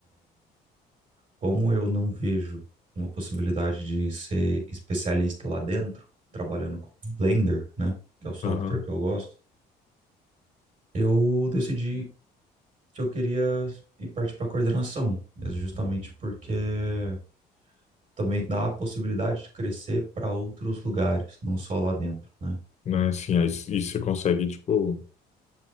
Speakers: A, on the right; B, on the left.
A: Como eu não vejo uma possibilidade de ser especialista lá dentro, trabalhando com Blender, né? Que é o software
B: Aham.
A: que eu gosto, eu decidi que eu queria ir partir para coordenação, justamente porque também dá a possibilidade de crescer para outros lugares, não só lá dentro, né?
B: Né, assim, aí, e você consegue, tipo,